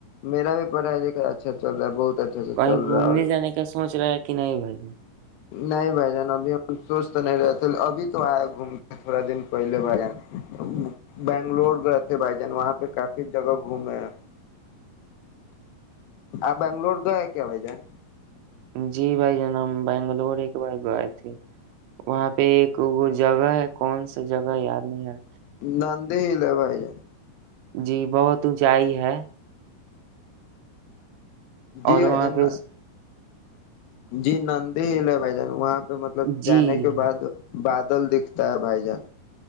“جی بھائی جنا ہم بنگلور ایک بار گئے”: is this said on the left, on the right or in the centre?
Right